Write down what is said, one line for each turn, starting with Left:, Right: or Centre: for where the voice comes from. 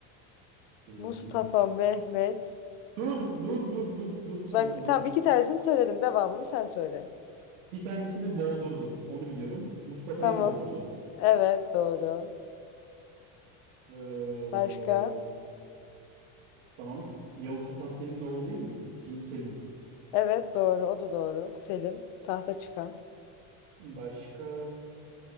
Right: Dur
Left: Mustafa,
Right: bakayım.
Left: Mehmet.
Right: Dur, dur, dur, dur, dur. Sayma
Left: Bak
Right: dur.
Left: tamam iki tanesini söyledim. Devamını sen söyle.
Right: Bir tanesini boğdurdu. Onu biliyorum. Mustafa'yı
Left: Tamam.
Right: boğdurdu.
Left: Evet doğru.
Right: Ee,
Left: Başka?
Right: tamam. Yavuz Sultan Selim'in oğlu değil mi? İkinci Selim.
Left: Evet doğru. O da doğru. Selim. Tahta çıkan.
Right: Başka